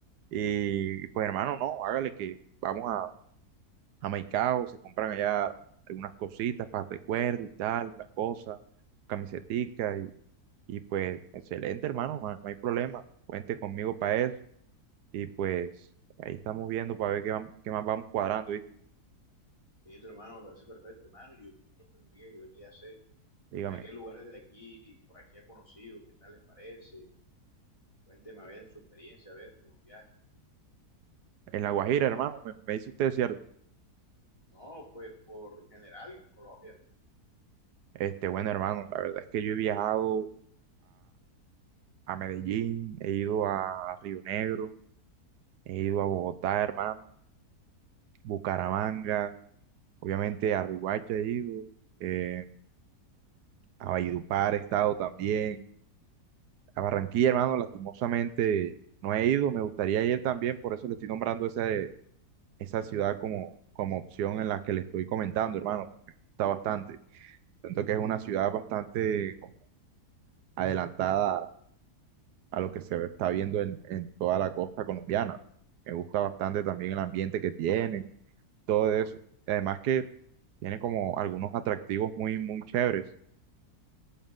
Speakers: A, on the right (about 85°); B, on the left (about 20°).
A: Y pues hermano, no, hágale que vamos a, a Maicao, se compran allá algunas cositas para el recuerdo y tal, la cosa, camisetica y, y pues excelente hermano, no, hay no hay problema, cuente conmigo para eso y pues ahí estamos viendo para ver qué, vam- qué más vamos cuadrando, ¿viste?
B: Listo, hermano, me parece perfecto, hermano. Yo, yo te lo pregunté, yo creo que ya sé.
A: Dígame,
B: ¿Usted qué lugares de aquí, por aquí ha conocido? ¿Qué tal les parece? Cuénteme a ver su experiencia, a ver con los viajes.
A: en La Guajira hermano, me, me dice usted, ¿cierto?
B: No, pues por general, en Colombia.
A: Este, bueno hermano, la verdad es que yo he viajado a Medellín, he ido a Río Negro, he ido a Bogotá, hermano, Bucaramanga, obviamente a Riohacha he ido, eh, a Valledupar he estado también, a Barranquilla, hermano, lastimosamente no he ido, me gustaría ir también, por eso le estoy nombrando esa, esa ciudad como, como opción en la que le estoy comentando, hermano, porque me gusta bastante. Tanto que es una ciudad bastante como adelantada a lo que se está viendo en, en toda la costa colombiana. Me gusta bastante también el ambiente que tiene, todo eso. Además que tiene como algunos atractivos muy, muy chéveres.